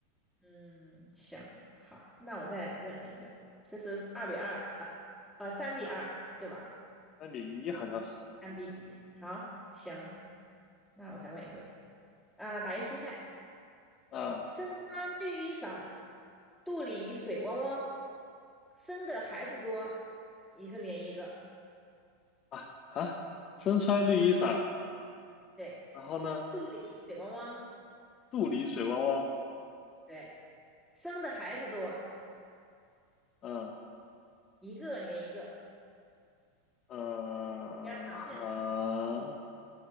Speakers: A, in the centre; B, on the left.
A: 嗯，行，好，那我再问你一个，这是二比二，呃呃，三比二，对吧？
B: 三比一好像是，
A: 三比一，好，行，那我再问一个，啊、打一蔬菜。
B: 啊
A: 身穿绿衣裳，肚里水汪汪，生的孩子多，一个连一个。
B: 啊啊！身穿绿衣裳，
A: 对，
B: 然后呢，
A: 肚里水汪汪，
B: 肚里水汪汪，
A: 对，生的孩子多，
B: 嗯
A: 一个连一个，
B: 嗯啊，
A: 比较常见的。